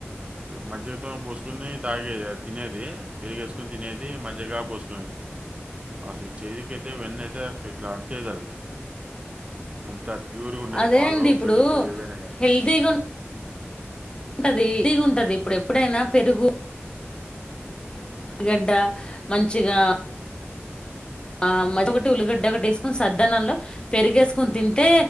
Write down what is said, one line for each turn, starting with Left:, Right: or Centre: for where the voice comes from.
Right: మొత్తం పోసుకొని తాగేది తినేది పెరుగేస్కొని తినేది మజిగా పోసుకు ది అసలు చేతికి అయితే వెన్న అయితే అస ఇట్లా అంటేది అది అంత ప్యూర్గా ఉండేది
Left: అదే
Right: పాలు
Left: అండి ఇప్పుడు
Right: పెరుగ ఏవైనా కానీ
Left: హెల్తీగా ఉంటది హెల్తీ గా ఉంటది ఇప్పుడెప్పుడైనా పెరుగు గడ్డ మంచిగా ఆ మ ఒకటి ఉల్లిగడ్డ ఒకటి వేసుకుని సద్దనంలో పెరిగేసుకొని తింటే